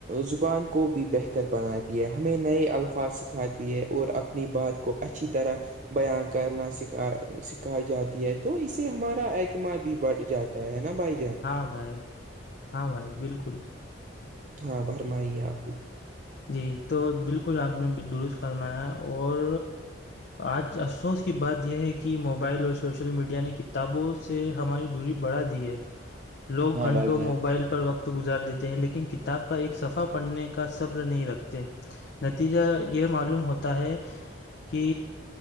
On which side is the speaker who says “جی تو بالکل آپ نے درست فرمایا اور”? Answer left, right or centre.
Left